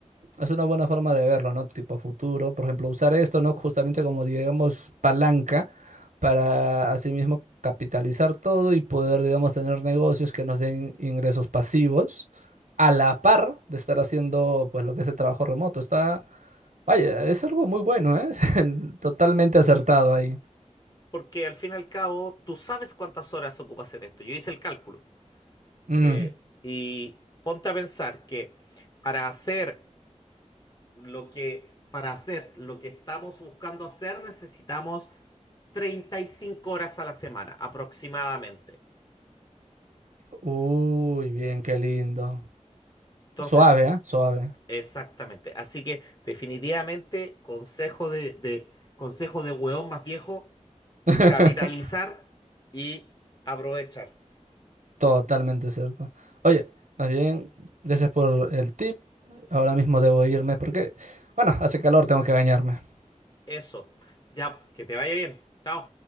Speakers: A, on the right (about 80°); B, on the left (about 35°).
A: Es una buena forma de verlo, ¿no? Tipo futuro. Por ejemplo, usar esto, ¿no? Justamente como, digamos, palanca para asimismo capitalizar todo y poder, digamos, tener negocios que nos den ingresos pasivos a la par de estar haciendo, pues, lo que es el trabajo remoto. Está, vaya, es algo muy bueno, ¿eh? <laughs> Totalmente acertado ahí.
B: porque al fin y al cabo tú sabes cuántas horas ocupas en esto. Yo hice el cálculo.
A: Mm.
B: Eh, y ponte a pensar que para hacer lo que, para hacer lo que estamos buscando hacer necesitamos 35 horas a la semana aproximadamente.
A: Uy, bien, qué lindo.
B: Entonces,
A: Suave, ¿ah? Suave.
B: exactamente. Así que definitivamente consejo de, de consejo de hueón más viejo,
A: <laughs>
B: capitalizar y aprovechar.
A: Totalmente cierto. Oye, más bien, gracias por el tip. Ahora mismo debo irme porque, bueno, hace calor, tengo que bañarme.
B: Eso. Ya, que te vaya bien. Chao.